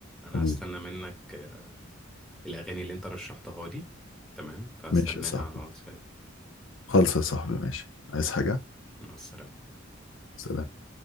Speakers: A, in the centre; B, on the left.
A: انا
B: حبيبي
A: هستنى منك الاغاني اللي انت رشحتها لي تمام فهستناها
B: ماشي يا صاحبي
A: على واتساب
B: خالص يا صاحبي ماشي عايز
A: خلاص.
B: حاجة
A: مع السلامة
B: سلام